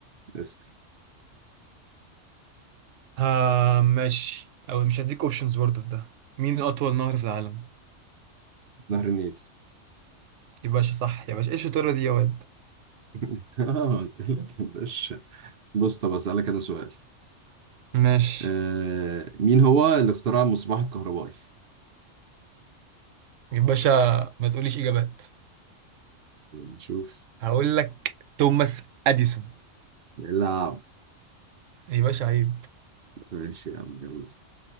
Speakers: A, on the right; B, on the right.
A: اسأل
B: آه ماشي او مش هديك اوبشنز برضه في ده مين اطول نهر في العالم؟
A: نهر النيل
B: يا باشا صح يا باشا ايش الشطارة دي يا واد؟
A: <laughs> اه قلت لك يا باشا بص طب اسألك انا سؤال
B: ماشي
A: آه مين هو اللي اخترع المصباح الكهربائي؟
B: يا باشا ما تقوليش اجابات
A: نشوف
B: هقول لك توماس اديسون
A: لا
B: يا باشا عيب
A: ماشي يا عم يلا